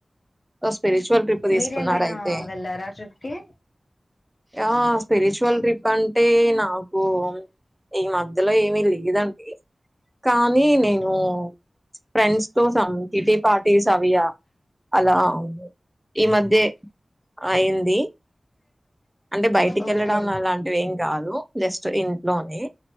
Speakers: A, in the centre; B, on the left.
A: సో, స్పిరిచువల్ ట్రిప్ తీసుకున్నారైతే.
B: మీరేమైనా వెళ్లారా ట్రిప్ కి
A: ఆ స్పిరిచువల్ ట్రిప్ అంటే నాకు ఈ మాద్ ఇందులో ఏమి లేదండి కానీ నేను ఫ్రెండ్స్ తో సమ్ కిట్టి పార్టీస్ అవి ఆ అలా అవును ఈ మధ్యే అయింది అంటే బయటికి
B: ఓకే
A: వెళ్ళడం లా అలాంటివి ఏం కాదు జస్ట్ ఇన్ లోని